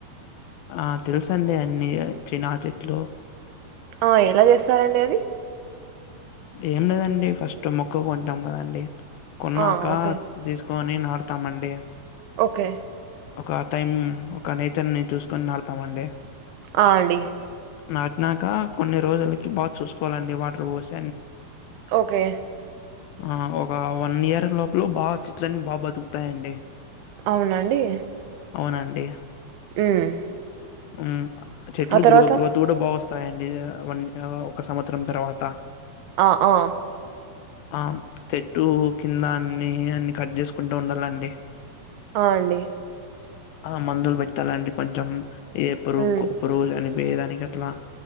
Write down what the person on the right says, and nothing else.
ఆ ఎలా జేస్తారండి అది.
ఆ ఓకే
ఓకే
ఆ అండి
ఓకే
అవునండి.
ఉమ్
ఆ తర్వాత
ఆ ఆ
ఆ అండి.
ఉమ్